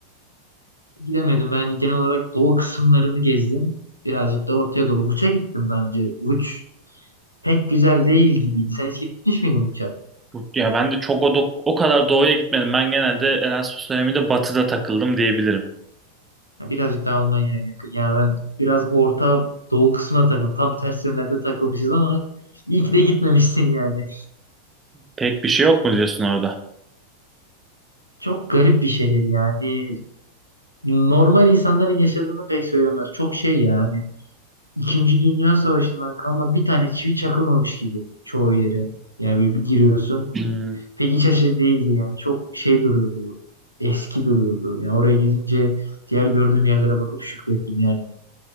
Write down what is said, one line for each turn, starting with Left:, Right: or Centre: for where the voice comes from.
Left: Gidemedim. Ben genel olarak doğu kısımlarını gezdim. Birazcık da ortaya doğru. Vuç'a gittim daha önce. Vuç pek güzel değil gibiydi. Sen hiç gitmiş miydin Vuç'a?
Right: Bu- Ya ben de çok o, do- o kadar doğuya gitmedim. Ben genelde Erasmus döneminde batıda takıldım diyebilirim.
Left: Ya Birazcık daha Almanya'ya yakın. Ya ben biraz orta doğu kısmına takıldım. Tam ters yönlerde takılmışız ama iyi ki de gitmemişsin yani.
Right: Pek bir şey yok mu diyorsun orada?
Left: Çok garip bir şehir yani. Normal insanların yaşadığını pek söylemez. Çok şey yani. İkinci Dünya Savaşı'ndan kalma bir tane çivi çakılmamış gibi çoğu yeri. Yani böyle bir giriyorsun.
Right: Hmm,
Left: pek iç açıcı değildi yani. Çok şey duruyordu. Eski duruyordu. Yani oraya gidince diğer gördüğüm yerlere bakıp şükrettim yani.